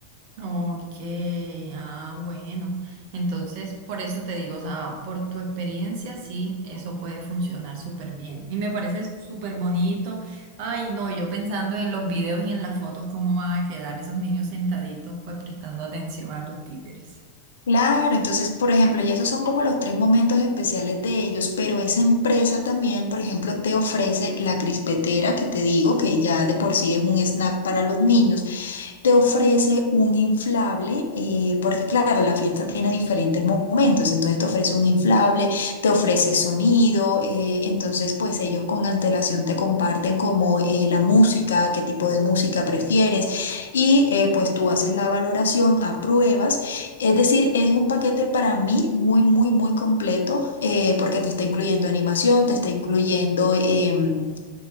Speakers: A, on the right; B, on the left.
A: Ok, ah, bueno. Entonces, por eso te digo, o sea, por tu experiencia, sí, eso puede funcionar súper bien. Y me parece súper bonito. Ay, no, y yo pensando en los videos y en las fotos, cómo van a quedar esos niños sentaditos, pues prestando atención a los títeres.
B: Claro, entonces, por ejemplo, y esos son como los tres momentos especiales de ellos, pero esa empresa también, por ejemplo, te ofrece la crispetera que te digo, que ya de por sí es un snack para los niños te ofrece un inflable, eh, porque claro, la fiesta tiene diferentes mo- momentos, entonces te ofrece un inflable, te ofrece sonido, eh, entonces pues ellos con antelación te comparten como eh, la música, qué tipo de música prefieres y eh, pues tú haces la valoración, apruebas, es decir, es un paquete para mí muy, muy, muy completo eh, porque te está incluyendo animación, te está incluyendo... em,